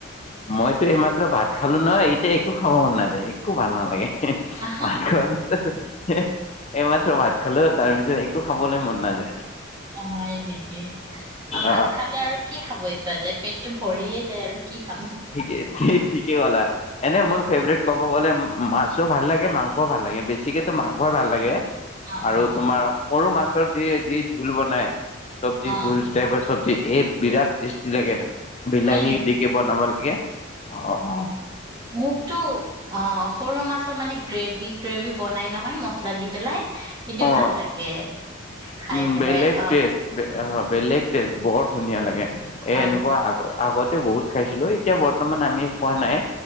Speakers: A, on the left (about 35°); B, on the right (about 20°).
A: মইতো এইমাত্ৰ ভাত খালো নহয় এতিয়া একো খাব মন নাযায় একো ভাল নালাগে মক
B: অ
A: পিছত হ এইমাত্ৰ ভাত খালো তাৰ পি একো খাবলৈ মন নাযায়
B: অ হয় নেকি আৰু ভাত
A: অ'
B: খালে আৰু কি খাব ইচ্ছা যে পেটটো ভৰিয়ে যায় আৰু কি খাম
A: ঠিকেই ঠিকে গলা এনে মোৰ
B: অ
A: ফেভৰেট কব গ'লে। মাছো ভাল লাগে মাংসও ভাল লাগে বেছিকেতো মাংসই ভাল লাগে
B: অ
A: আৰু
B: অ
A: তোমাৰ। সৰু মাছৰ যি যি ঝোল বনায় চব্জি
B: অ
A: টাইপৰ চব্জি এই বিৰাট কি যাগে বিলাহী
B: হয় নেকি
A: দিকে বনাব। তাকে অ অ
B: মোকতো অ সৰু মাছৰ মানে গ্ৰেভি গ্ৰেভি বনাই নহয় মছলা দি পেলাই সেইটো
A: অ
B: ভাল লাগে খাই
A: উম
B: পেলাই
A: বেলেগ
B: অ
A: টেষ্ট বেলেগ টেষ্ট বৰ ধুনীয়া লাগে
B: হয়
A: এ এনেকুৱা আগ আগতে বহুত খাইছিলো এতিয়া বৰ্তমান আমি খোৱা নাই